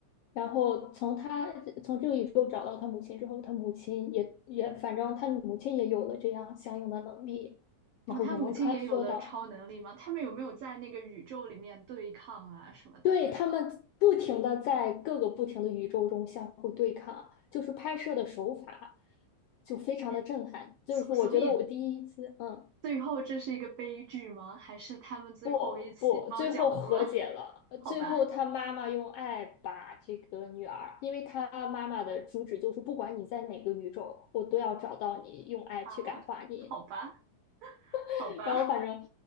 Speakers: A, on the left (about 80°); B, on the right (about 65°).
A: 然后从他从这个宇宙找到他母亲之后，他母亲也也反正他母亲也有了这样相应的能力，
B: 哦，
A: 然后也能穿梭到。
B: 他母亲也有了超能力吗？他们有没有在那个宇宙里面对抗啊什么的？
A: 对，他们不停的在各个不停的宇宙中相互对抗，就是拍摄的手法就非常的震撼。
B: 也
A: 就是我觉得我第一次，
B: 所所以
A: 嗯，
B: 最后这是一个悲剧吗？还是他们最后一起包饺子了？
A: 不不，最后和解了。
B: <laughs>
A: 呃最后他妈妈用爱把这个女儿，
B: 好吧，
A: 因为他妈妈的主旨就是不管你在哪个宇宙，我都要找到你，用爱去感化你。
B: 啊，好吧，
A: <laughs>
B: 好吧。
A: 然后反正